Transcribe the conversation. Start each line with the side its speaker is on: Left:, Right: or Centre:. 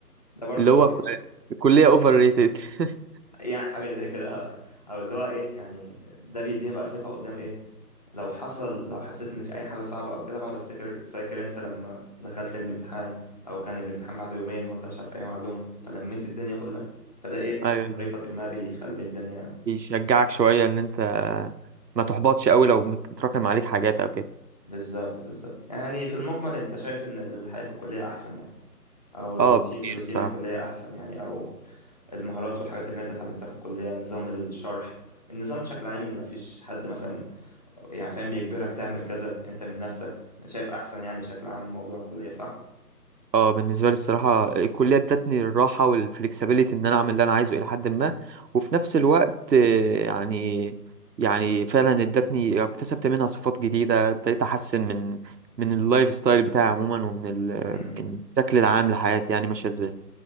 Left: ده برضو
Right: اللي هو ك- الكلية اوفر ريتد <laughs>
Left: يعني حاجه زي كده <laughs> او اللي هو ايه يعني ده بيديني بقى ثقه قدام ايه لو حصل لو حسيت ان في اي حاجه صعبه او كده بقعد افتكر فاكر انت لما دخلت الامتحان او كان الامتحان بعده يومين وانت مش عارف اي معلومه فلميت الدنيا كلها فده ايه
Right: ايوه
Left: بطريقه
Right: أيوة.
Left: ما بيخلي الدنيا
Right: بيشجعك شوية ان انت ما تحبطش قوي لو متراكم عليك حاجات او كده
Left: بالظبط بالظبط يعني في المجمل انت شايف ان الحياه في الكليه احسن يعني او الروتين
Right: اه بكتير
Left: روتين
Right: الصراحة
Left: الكليه احسن يعني او المهارات والحاجات اللي انت اتعلمتها في الكليه نظام الشرح النظام بشكل عام ان مفيش حد مثلا يعني فاهم بيجبرك تعمل كذا انت من نفسك شايف احسن يعني بشكل عام موضوع الكليه
Right: اه بالنسبه لي الصراحه الكليه ادتني الراحه والفلكسبيليتي ان انا اعمل اللي انا عايزه الى حد ما وفي نفس الوقت آه، يعني يعني فعلا ادتني اكتسبت منها صفات جديده ابتديت احسن من من اللايف ستايل بتاعي عموما ومن ال-
Left: صح
Right: من الشكل العام لحياتي يعني ماشيه ازاي